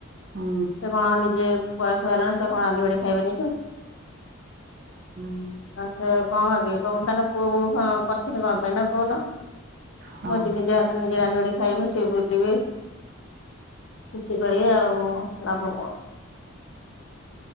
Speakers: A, on the right (about 45°); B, on the left (about 65°).
A: ହୁଁ
B: ସେ କଣ ଆ ନିଜେ ବୟସ ହେଲାଣି, ସେ ଆଉ କଣ ରାନ୍ଧିବାଢି ଖାଇବେ ନିଜେ।
A: ହୁଁ
B: ଆଛା, କଣ ଭାବିବେ, କହିମେ ତାହାନେ ପୁଅ ବୋଉ ହଁ କରିଥିଲି କଣ ପାଇଁ ନା କହୁନ,
A: ହଁ
B: ମୁଁ ତ ନିଜ ହାତରେ ନିଜେ ରାନ୍ଧିବାଢି ଖାଇମି ସିଏ ବୁଲିବେ। ଖୁସି କରିବେ ଆଉ ଲାଭ କଣ।